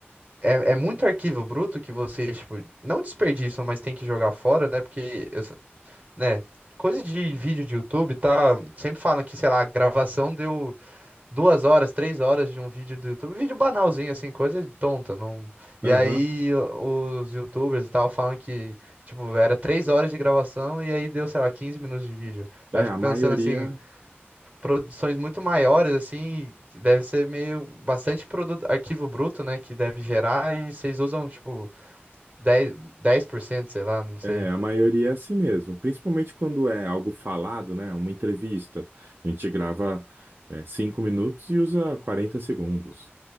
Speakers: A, on the right (about 35°); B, on the right (about 55°).
A: É, é muito arquivo bruto que vocês, tipo, não desperdiçam, mas tem que jogar fora, né? Porque, eu s- né, coisa de vídeo de YouTube, tá? Sempre falam que, sei lá, a gravação deu duas horas, três horas de um vídeo do YouTube. Vídeo banalzinho, assim, coisa tonta. Não... E
B: Aham.
A: aí o- os YouTubers e tal falam que, tipo, era três horas de gravação e aí deu, sei lá, 15 minutos de vídeo. Aí
B: É,
A: eu fico
B: a maioria,
A: pensando assim, produções muito maiores, assim, deve ser meio bastante produto, arquivo bruto, né, que deve gerar e vocês usam, tipo, dez dez por cento sei lá, não sei.
B: é, a maioria é assim mesmo, principalmente quando é algo falado, né? Uma entrevista. A gente grava, é, cinco minutos e usa 40 segundos.